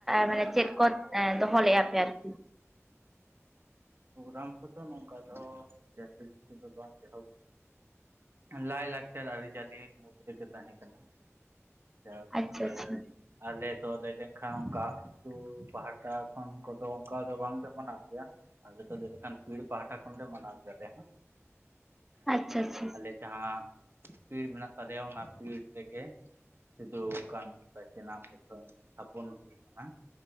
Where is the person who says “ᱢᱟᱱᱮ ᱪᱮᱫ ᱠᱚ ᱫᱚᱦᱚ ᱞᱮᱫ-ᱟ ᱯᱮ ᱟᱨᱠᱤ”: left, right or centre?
Centre